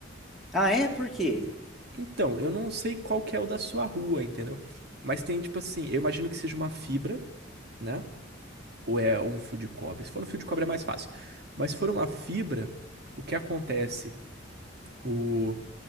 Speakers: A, in the centre; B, on the right.
A: Ah, é? Por quê?
B: Então, eu não sei qual que é o da sua rua, entendeu? Mas tem, tipo assim, eu imagino que seja uma fibra, né? ou é um fio de cobre. Se for um fio de cobre é mais fácil. Mas se for uma fibra, o que acontece? O,